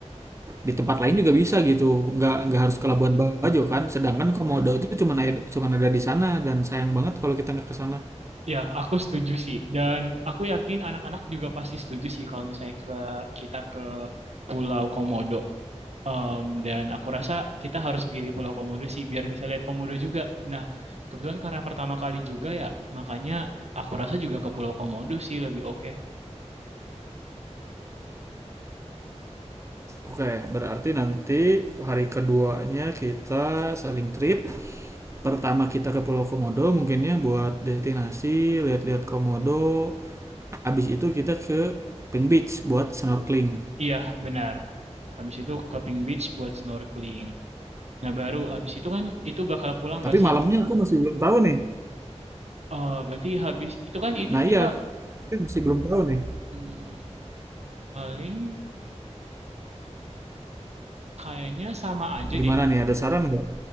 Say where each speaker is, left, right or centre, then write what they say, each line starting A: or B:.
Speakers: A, on the right; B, on the right.
A: di tempat lain juga bisa gitu, nggak nggak harus ke Labuan Bajo kan, sedangkan Komodo itu cuma ada cuma ada di sana dan sayang banget kalau kita nggak ke sana.
B: ya, aku setuju sih. Dan aku yakin anak-anak juga pasti setuju sih kalau misalnya ke kita ke Pulau Komodo. Em, dan aku rasa kita harus pilih Pulau Komodo sih biar bisa lihat Komodo juga. Nah, kebetulan karena pertama kali juga ya, makanya aku rasa juga ke Pulau Komodo sih lebih oke.
A: Oke, berarti nanti hari keduanya kita saling trip. Pertama kita ke Pulau Komodo, mungkinnya buat destinasi, lihat-lihat Komodo. Habis itu kita ke Pink Beach buat snorkeling.
B: Iya, benar. Habis itu ke Pink Beach buat snorkeling. Nah, baru habis itu kan itu bakal pulang
A: Tapi
B: gak sih?
A: malamnya aku masih belum tahu nih.
B: Eh, berarti habis itu kan itu
A: Nah
B: kita
A: iya, kita masih belum tahu nih.
B: hmm, paling Kayaknya sama aja
A: Gimana
B: deh.
A: nih, ada saran nggak?